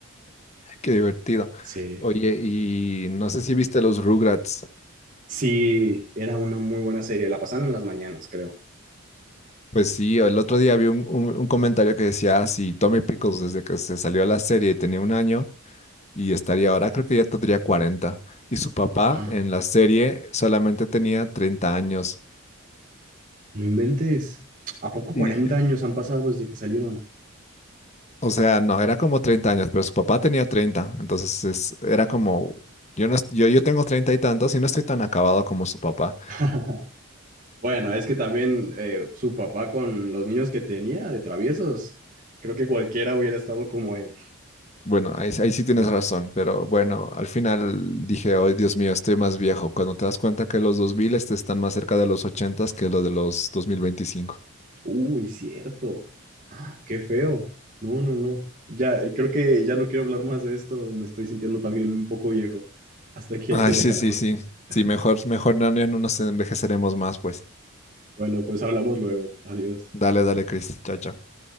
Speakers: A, on the left; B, on the right.
A: Qué divertido.
B: Sí.
A: Oye, y no sé si viste los Rugrats.
B: Sí, era una muy buena serie, la pasaban en las mañanas, creo.
A: Pues sí, el otro día vi un, un- un comentario que decía, si Tommy Pickles desde que se salió a la serie tenía un año y estaría ahora, creo que ya tendría cuarenta Y su papá
B: ¡Ah!
A: en la serie solamente tenía 30 años.
B: No inventes. ¿A poco
A: Y
B: 40
A: dije,
B: años han pasado desde que salieron?
A: o sea, no, era como 30 años, pero su papá tenía treinta Entonces es- era como, yo, no, es- yo, yo tengo 30 y tantos y no estoy tan acabado como su papá.
B: <laughs> Bueno, es que también eh, su papá con los niños que tenía de traviesos, creo que cualquiera hubiera estado como él.
A: Bueno, ahí, ahí sí tienes razón, pero bueno, al final dije, oh, Dios mío, estoy más viejo. Cuando te das cuenta que los 2000 este, están más cerca de los 80 que lo de los 2025.
B: Uy, cierto. Ah, qué feo. No, no, no. Ya, eh, creo que ya no quiero hablar más de esto. Me estoy sintiendo también un poco viejo. Hasta aquí
A: Ay,
B: hay que dejarlo.
A: sí, sí, sí.
B: <laughs>
A: Sí, mejor, mejor no, ya no nos envejeceremos más, pues.
B: Bueno, pues hablamos luego. Adiós.
A: Dale, dale, Chris. Chao, chao.